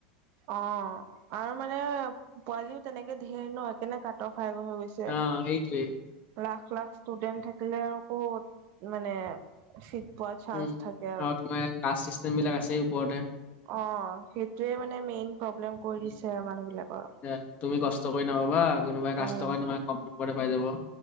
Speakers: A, on the right; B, on the left.
A: অ আৰু মানে পোৱালিও তেনেকে ধেৰ ন! সেইকাণে কাঠব হাইজ হৈ গৈছে।
B: অ সেইটোৱে।
A: লাখ, লাখ ষ্টুডেণ্ট থাকিলে আৰু ক'ত মানে চিট পোৱা চান্স
B: উম!
A: থাকে
B: আৰু তোমাৰ কাষ্ট-চিষ্টেমবিলাক আছেই ওপৰতে।
A: অ সেইটোয়ে মানে, মেইন প্ৰব্লেম কৰি
B: উম
A: দিছে আৰু মানুহ বিলাকৰ।
B: এ তুমি কষ্ট কৰি নাপাবা, কোনোবাই কাষ্ট
A: উম,
B: থকা! কম নম্বৰতে পাই যাব।